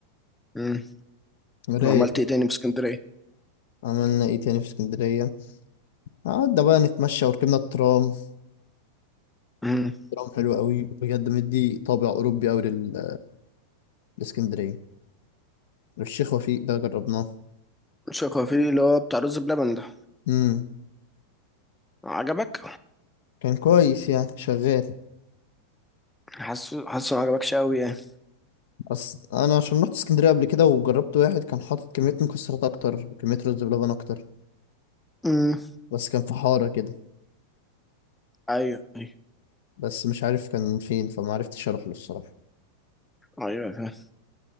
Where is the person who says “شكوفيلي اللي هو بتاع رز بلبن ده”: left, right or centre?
Centre